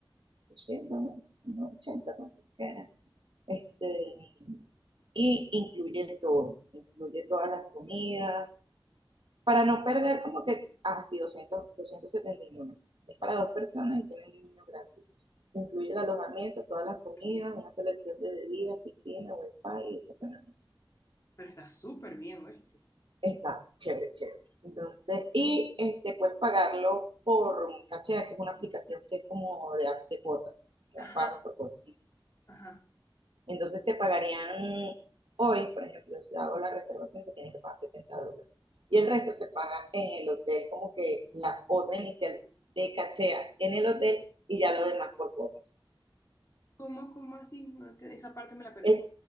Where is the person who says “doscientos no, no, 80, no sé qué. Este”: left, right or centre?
Right